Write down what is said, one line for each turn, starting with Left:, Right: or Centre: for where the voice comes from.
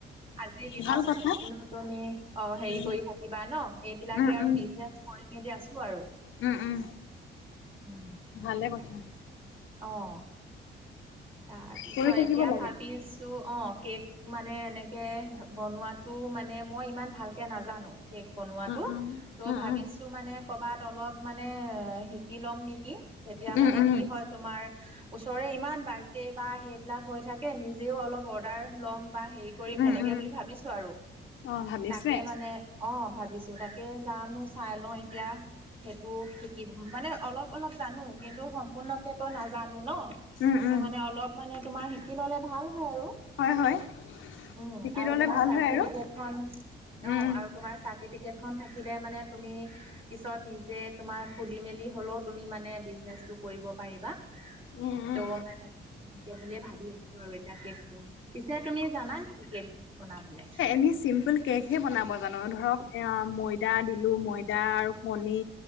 Right: আজিৰ দিনত
Left: ভাল কথা।
Right: কিনো তুমি অ' হেৰি
Left: উম,
Right: কৰি থাকিবা ন? এইবিলাকে
Left: উম,
Right: আৰু বিজনেচ কৰি মেলি আছোঁ আৰু
Left: উম, উম,
Right: উম।
Left: ভালে কথা।
Right: অ'। তাৰ পিছত
Left: কৰি থাকিব
Right: এতিয়া
Left: লাগে।
Right: ভাবিছোঁ।
Left: উম,
Right: তোৰ অ' কেক মানে এনেকে বনোৱাটো মানে মই ইমান ভালকে নাজানোঁ। কেক বনোৱাটো
Left: উম,
Right: ত'
Left: উম,
Right: ভাবিছোঁ
Left: উম,
Right: মানে ক'ৰবাত অলপ মানে শিক কি ল'ম নেকি? তেতিয়া
Left: উম,
Right: মানে
Left: উম,
Right: কি হয়, তোমাৰ ওচৰৰে ইমান বাৰ দে বা সেইবিলাক হৈ থাকে, নিজেও অলপ অৰ্ডাৰ ল'ম বা হেৰি কৰিম
Left: উম,
Right: সেনেকে
Left: উম।
Right: বুলি ভাবিছোঁ আৰু
Left: অ' ভাবিছে?
Right: তাকে মানে অ' ভাবিছোঁ। তাকে জানোঁ চাই লওঁ এতিয়া। সেইটো শিকিব মানে অলপ অলপ জানোঁ, কিন্তু সম্পূৰ্ণকে তোৰ নাজানোঁ ন।
Left: উম,
Right: তো
Left: উম।
Right: মানে অলপ মানে তোমাৰ শিকি ল'লে ভাল হয় আৰু
Left: হয়, হয়।
Right: উম,
Left: শিকি
Right: আৰু
Left: ল'লে
Right: তোমাৰ
Left: ভাল
Right: চাৰ্টিফিকেটখন
Left: হয় আৰু।
Right: অ'
Left: উম,
Right: আৰু তোমাৰ চাৰ্টিফিকেট কেট খন থাকিলে মানে তুমি পিছত নিজে তোমাৰ খুলি মেলি হ'লেও তুমি মানে বিজনেচটো কৰিব পাৰিবা।
Left: উম, উম।
Right: তোৰ মানে এতিয়া বুলিয়ে ভাবি আছোঁ আৰু এতিয়া কেকটো। পিছে তুমি জানা নেকি কেক বনাবলে?
Left: এনে চিম্পল কেক হে বনাব জানোঁ, ধৰক অ' মৈয়দা দিলোঁ। মৈয়দা আৰু কণী